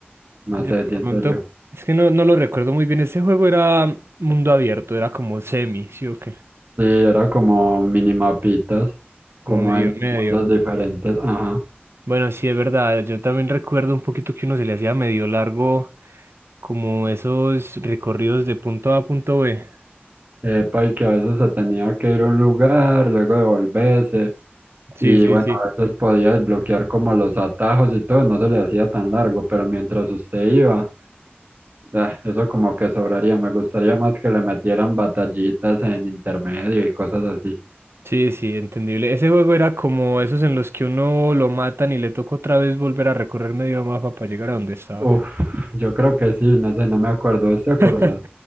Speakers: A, on the right; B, on the right.
A: No
B: De
A: sé,
B: pronto,
A: siento yo.
B: es que no, no lo recuerdo muy bien, ese juego era mundo abierto, era como semi, ¿sí o qué?
A: Sí, era como minimapitas, como
B: Como medio
A: en
B: medio.
A: mundos diferentes. Ajá.
B: Bueno, sí, es verdad, yo también recuerdo un poquito que uno se le hacía medio largo como esos recorridos de punto A a punto B.
A: Epa, y que a veces se tenía que ir a un lugar, luego devolverse.
B: Sí,
A: Y
B: sí,
A: bueno,
B: sí.
A: a veces podía desbloquear como los atajos y todo, no se le hacía tan largo, pero mientras usted iba, ah, eso como que sobraría. Me gustaría más que le metieran batallitas en intermedio y cosas así.
B: Sí, sí, entendible. Ese juego era como esos en los que uno lo matan y le toca otra vez volver a recorrer medio mapa para llegar a donde estaba.
A: Uf, yo creo que sí, no sé, no me acuerdo, ¿vos te
B: <laughs>
A: acordás?